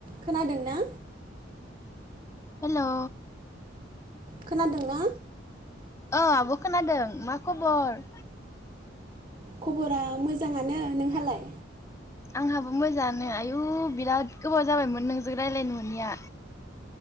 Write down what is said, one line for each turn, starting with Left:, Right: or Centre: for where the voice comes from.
Right: खोनादों ना?
Left: हेलौ
Right: खोनादोंना?
Left: ओ आब' खोनादों मा खबर?
Right: खबरा मोजाङानो नोंहालाय?
Left: आंहाबो मोजाङानो आयु बिराद गोबाव जाबायमोन नोंजों रायलायनो मोननिया